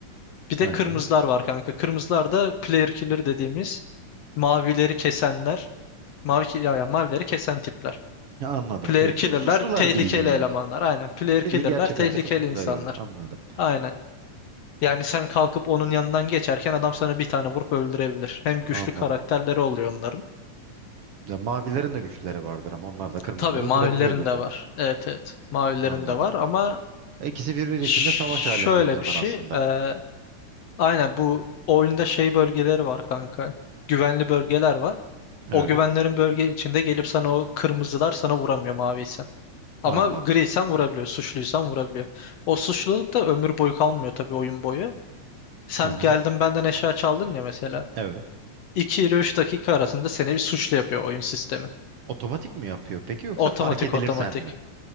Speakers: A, on the left (about 65°); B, on the right (about 60°).
A: Bir de
B: aynen.
A: kırmızılar var kanka. Kırmızılar da player killer dediğimiz mavileri kesenler. Mavi ki- ya, ya mavileri kesen tipler.
B: Ya anladım
A: Player
B: şey su,
A: killer'lar
B: suçlular
A: tehlikeli
B: bildin yani.
A: elemanlar. Aynen. Player
B: Bildiğin
A: killer'lar
B: gerçek
A: tehlikeli
B: hayattaki suçlular
A: insanlar.
B: gibi. Anladım
A: Aynen. Yani sen kalkıp onun yanından geçerken adam sana bir tane vurup öldürebilir. Hem güçlü
B: anladım.
A: karakterleri oluyor onların.
B: Ya mavilerin de güçleri vardır ama onlar da kırmızıları
A: Tabii mavilerin
B: öldürebiliyordur
A: de
B: da.
A: var. Evet evet. Mavilerin
B: Anladım.
A: de var ama
B: E, İkisi birbiri
A: ş-
B: içinde savaş halinde
A: şöyle
B: o zaman
A: bir şey.
B: aslında.
A: e, aynen bu oyunda şey bölgeleri var kanka. Güvenli bölgeler var.
B: Evet
A: O güvenlerin bölge içinde gelip sana o kırmızılar sana vuramıyor maviysen. Ama
B: anladım.
A: griysen vurabiliyor, suçluysan vurabiliyor. O suçluluk da ömür boyu kalmıyor tabii oyun boyu. Sen
B: Hı hı.
A: geldin benden eşya çaldın ya mesela.
B: Evet.
A: 2 ile 3 dakika arasında seni bir suçlu yapıyor oyun sistemi.
B: Otomatik mi yapıyor peki yoksa
A: Otomatik
B: fark edilirsen
A: otomatik.
B: mi?